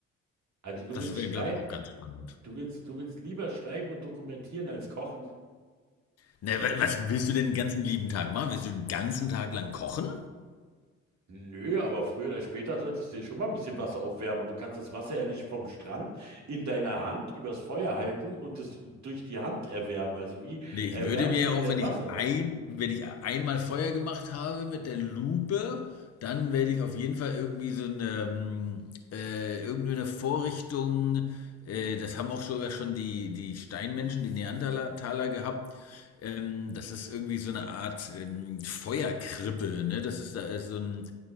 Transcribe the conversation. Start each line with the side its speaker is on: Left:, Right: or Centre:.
Right: Also du
Left: Das
Right: willst
Left: wäre,
Right: schrei,
Left: glaube ich, auch ganz spannend.
Right: du willst, du willst lieber schreiben und dokumentieren als kochen?
Left: Na, wa- was willst du denn den ganzen lieben Tag machen? Willst du den ganzen Tag lang kochen?
Right: Nö, aber früher oder später solltest du dir schon mal ein bisschen Wasser aufwärmen und du kannst das Wasser ja nicht vom Strand in deiner Hand übers Feuer halten und es durch die Hand erwärmen. Also wie
Left: Nee, ich
Right: erwärmst
Left: würde mir
Right: du
Left: ja
Right: dir
Left: auch,
Right: dein
Left: wenn
Right: Wasser?
Left: ich ein, wenn ich einmal Feuer gemacht habe mit der Lupe, dann werde ich auf jeden Fall irgendwie so eine, ähm, äh, irgendeine Vorrichtung, äh, das haben auch sogar schon die, die Steinmenschen, die Neandertaler gehabt, ähm, das ist irgendwie so eine Art ähm, Feuerkrippe, ne? Das ist da ist so ein,